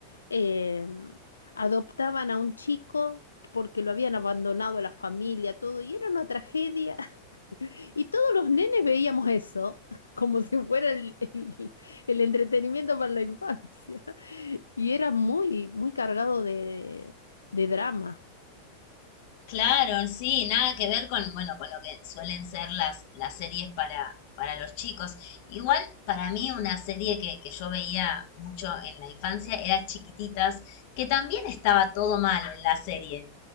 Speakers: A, on the left; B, on the left.
A: eh, adoptaban a un chico porque lo habían abandonado la familia, todo, y era una tragedia. <laughs> Y todos los nenes veíamos eso, <laughs> como si fuera el, el- el entretenimiento para la infancia. <laughs> Y era muy, muy cargado de, de drama.
B: Claro, sí, nada que ver con, bueno, con lo que suelen ser las, las series para, para los chicos. Igual, para mí, una serie que, que yo veía mucho en la infancia era Chiquititas, que también estaba todo mal en la serie.